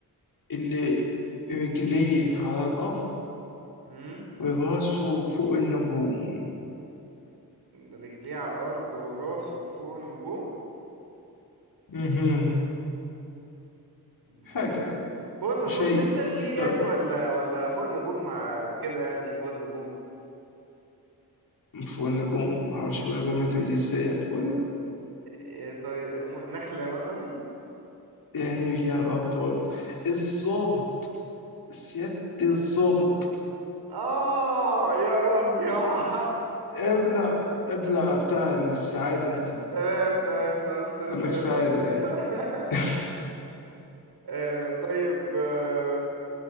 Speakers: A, on the left; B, on the right.
A: اللي رجليه على الارض
B: مم.
A: وراسه فوق النجوم
B: رجليه على الأرض وراسه فوق النجوم
A: مهم. حاجة
B: مم. فوق النجوم
A: شيء
B: ليترلي
A: شيء
B: يعني ولا ولا فوق النجوم مع كده يعني فوق النجوم
A: فوق النجوم معرفش فوق النجوم ليه ازاي يعني فوق النجوم
B: إيه طيب م- نخلة مثلا
A: يعني ايه بيجي على الارض هو الظابط سيادة الظابط
B: آه يا رب يا
A: ابلع ابلع بتاع السعادة انت
B: <laughs> تمام تمام خلاص الرسالة
A: قال لك سعادة
B: ده
A: قال
B: <laughs>
A: <laughs>
B: آه، طيب آه،